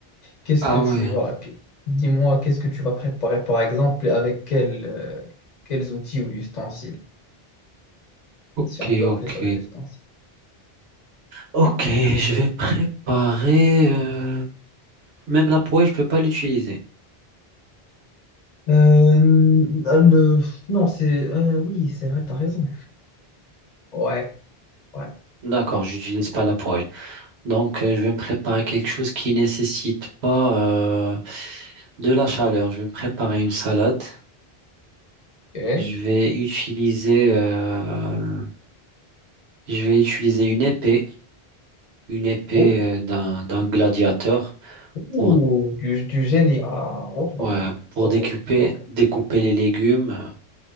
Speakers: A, on the left; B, on the right.
A: Qu'est-ce
B: Ah
A: que tu...
B: ouais,
A: Voilà. qu- Dis-moi, qu'est-ce que tu vas préparer, par exemple, et avec quel, euh, quels outils ou ustensiles,
B: ok,
A: si on peut
B: ok.
A: appeler ça des ustensiles.
B: Ok, je vais préparer. euh, Même la poêle, je peux pas l'utiliser.
A: Euh, le- Non, c'est... euh, oui, c'est vrai, t'as raison. Ouais, ouais.
B: D'accord, j'utilise pas la poêle. Donc, euh, je vais me préparer quelque chose qui nécessite pas euh, de la chaleur. Je vais me préparer une salade.
A: Ok.
B: Je vais utiliser, euh, je vais utiliser une épée, une épée
A: Ouh,
B: euh, d'un d'un gladiateur
A: ouh,
B: pour
A: du, du génie. Ah, enfin,
B: ouais, pour
A: ok,
B: découper
A: ok.
B: découper les légumes.